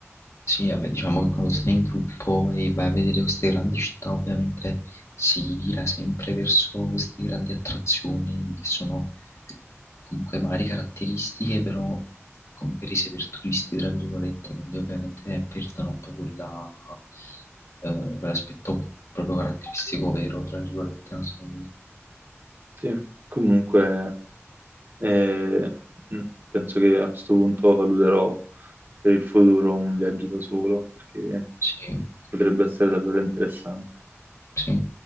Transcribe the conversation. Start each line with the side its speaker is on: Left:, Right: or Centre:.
Left: Sì, vabbè, diciamo che quando stai in gruppo e vai a vedere queste grandi città, ovviamente si vira sempre verso queste grandi attrazioni che sono comunque magari caratteristiche, però comunque rese per turisti, tra virgolette, quindi ovviamente perdono un po' quella, eh, quell'aspetto proprio caratteristico vero, tra virgolette, non so. come dire.
Right: Sì, comunque. E mm, penso che a questo punto valuterò per il futuro un viaggio da solo, perché
Left: Sì,
Right: potrebbe essere davvero interessante.
Left: sì.